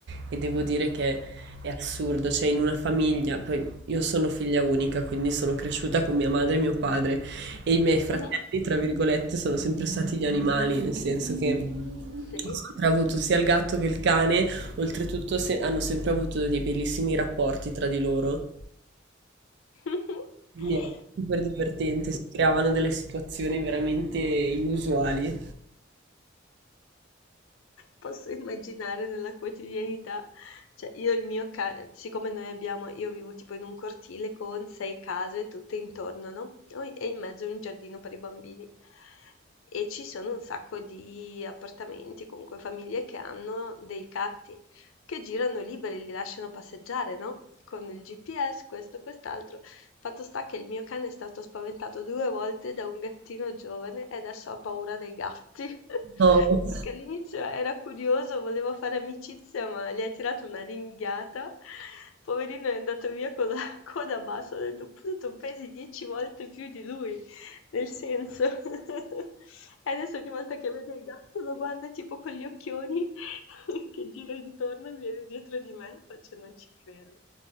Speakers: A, on the right; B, on the left.
A: e devo dire che è assurdo, cioè in una famiglia, poi io sono figlia unica, quindi sono cresciuta con mia madre e mio padre e i miei fratelli,
B: Mhm,
A: tra virgolette, sono sempre stati gli animali, nel senso che ho
B: Sì.
A: sempre avuto sia il gatto che il cane, oltretutto se- hanno sempre avuto dei bellissimi rapporti tra di loro.
B: <laughs>
A: Quindi era super divertente, si creavano delle situazioni veramente inusuali.
B: Posso immaginare nella quotidianità, cioè io il mio ca siccome noi abbiamo io vivo tipo in un cortile con 6 case tutte intorno, no, noi e in mezzo un giardino per i bambini. E ci sono un sacco di appartamenti, comunque famiglie che hanno dei gatti che girano liberi, li lasciano passeggiare, no, con il GPS, questo, quest'altro. Fatto sta che il mio cane è stato spaventato due volte da un gattino giovane e adesso ha paura dei gatti. <laughs>
A: No,
B: Perché all'inizio era curioso, voleva fare amicizia, ma gli ha tirato una ringhiata. Poverino è andato via con la <laughs> coda bassa, ho detto, "Pure tu pesi 10 volte più di lui". Nel senso, <laughs> e adesso ogni volta che vede il gatto lo guarda tipo con gli occhioni <laughs> che gira intorno e viene dietro di me, faccio non ci credo.